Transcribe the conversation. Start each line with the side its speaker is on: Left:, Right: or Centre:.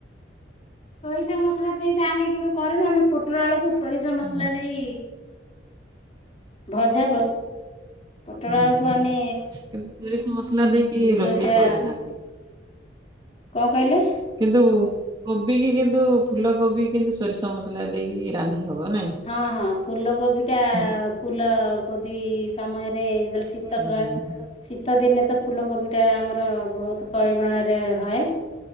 Left: ସୋରିଷ ମସଲା ଦେଇତ ଆମେ କେବେ କରିନୁ ଆମେ ପୋଟଳ ଆଳୁକୁ ସୋରିଷ ମସଲା
Right: ହୁଁ
Left: ଦେଇ ଭଜା ପ୍ର ପୋଟଳ
Right: ହୁଁ
Left: ଆଳକୁ ଆମେ
Right: କିନ୍ତୁ ସୋରିଷ ମସଲା ଦେଇକି ରୋଷେଇ
Left: ସୋରିଶା
Right: କରିନାହାନ୍ତି
Left: କଣ କଇଲେ?
Right: କିନ୍ତୁ କୋବି କି କିନ୍ତୁ ଫୁଲ କୋବି କିନ୍ତୁ ସୋରିଷ ମସଲା ଦେଇକି ରାନ୍ଧି ହବ। ନାଇଁ।
Left: ହଁ ହଁ ଫୁଲକୋବି ଟା
Right: ହୁଁ ହୁଁ
Left: ଫୁଲକୋବି ସମୟରେ ଜେତବେଳେ ଶୀତକାଳ
Right: ଆମର
Left: ଶୀତ ଦିନେ ତ ଫୁଲକୋବି ଟା ଆମର ବୋହୁତ ପରିମାଣରେ ହଏ।